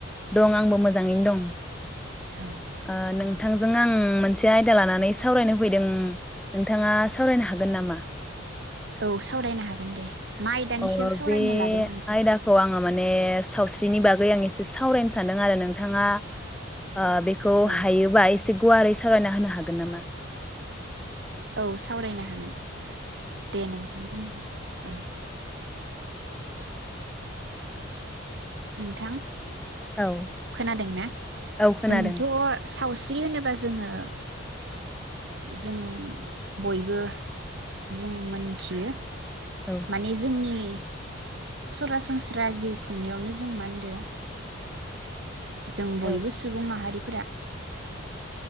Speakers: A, in the centre; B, on the right.
A: दं आंबो मोजां। मोजाङैनो दं।
B: औ
A: ओ नों नोंथांजों आं मोनसे आयदा लानानै सावरायनो फैदों नोंथाङा सावरायनो हागोन नामा?
B: औ सावरायनो हागोन दे। माइ दानि
A: अ
B: सायाव सावरायनो
A: बे
B: लादों नोंथां?
A: आयदाखौ आङो माने सावस्रिनि बागै आं एसे सावरायनो सानदों आरो नोंथाङा ओ बेखौ
B: औ
A: हायोबा एसे गुवारै सावरायना होनो हागोन नामा?
B: औ सावरायनो हागोन। दे नोंथां बुंलाय। ओं। नोंथां
A: औ
B: खोनादों ना
A: औ खोनादों
B: जोंथ' सावस्रि होनोबा जोङो जों बयबो जों मोनथियो
A: औ
B: माने जोंनि <inaudible> सरासनस्रा जिउ खुंनायावनो जों मा होनदो जों
A: औ
B: बयबो सुबुं माहारि फोरा